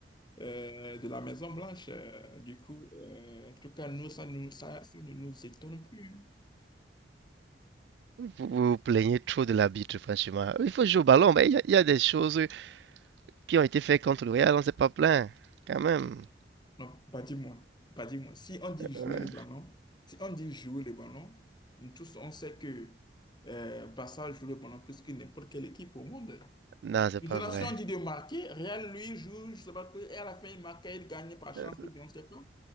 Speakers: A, on the left (about 25°); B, on the right (about 70°).
A: euh, de la Maison-Blanche. Euh, du coup, euh, en tout cas, nous, ça, nous, ça, ça ne nous étonne plus.
B: Vous vous plaignez trop de l'arbitre, franchement. Il faut jouer au ballon, mais il y a- il y, a des choses qui ont été faites contre le Real, on ne s'est pas plaint, quand même.
A: Non, pas dis-moi, pas dis-moi. Si on dit jouer
B: Euh,
A: le ballon, si on dit jouer le ballon, nous tous, on sait que euh, Barça joue le ballon plus que n'importe quelle équipe au monde.
B: non, c'est
A: Relation
B: pas vrai.
A: dit de marquer, Real lui joue, je sais pas quoi, et à la fin il marque, il gagne par chance
B: Euh,
A: ou bien on sait pas.